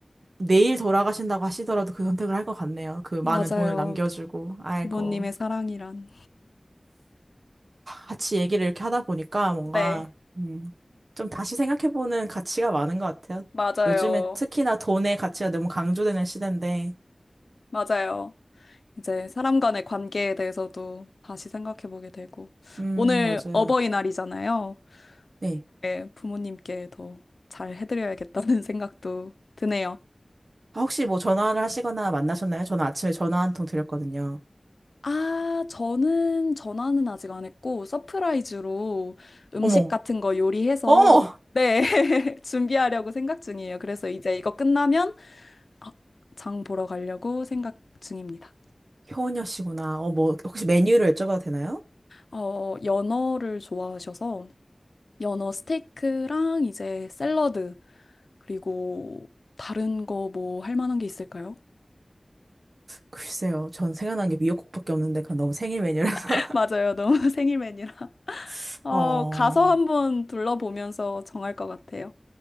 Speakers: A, on the right; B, on the left.
A: 내일 돌아가신다고 하시더라도 그 선택을 할 것 같네요. 그 많은
B: 맞아요.
A: 돈을 남겨주고, 아이고.
B: 부모님의 사랑이란.
A: 같이 얘기를 이렇게 하다 보니까 뭔가,
B: 네,
A: 음, 좀 다시 생각해보는 가치가 많은 것 같아요.
B: 맞아요.
A: 요즘에 특히나 돈의 가치가 너무 강조되는 시대인데,
B: 맞아요. 이제 사람 간의 관계에 대해서도 다시 생각해 보게 되고.
A: 음,
B: 오늘
A: 맞아요.
B: 어버이날이잖아요.
A: 네.
B: 네, 부모님께 더 잘 해드려야겠다는 <laughs> 생각도 드네요.
A: 아, 혹시 뭐 전화를 하시거나 만나셨나요? 저는 아침에 전화 한 통 드렸거든요.
B: 아, 저는 전화는 아직 안 했고, 서프라이즈로 음식
A: 어머,
B: 같은 거 요리해서,
A: 어머!
B: 네, <laughs> 준비하려고 생각 중이에요. 그래서 이제 이거 끝나면 아, 장 보러 가려고 생각 중입니다.
A: 효은여 씨구나. 어, 뭐, 혹시 메뉴를 여쭤봐도 되나요?
B: 어, 연어를 좋아하셔서 연어 스테이크랑 이제 샐러드 그리고 다른 거 뭐 할 만한 게 있을까요?
A: 글쎄요. 전 생각난 게 미역국밖에 없는데, 그건 너무 생일 메뉴라서.
B: <laughs> 맞아요. 너무 <laughs> 생일 메뉴라.
A: <laughs>
B: 어,
A: 어.
B: 가서 한번 둘러보면서 정할 것 같아요.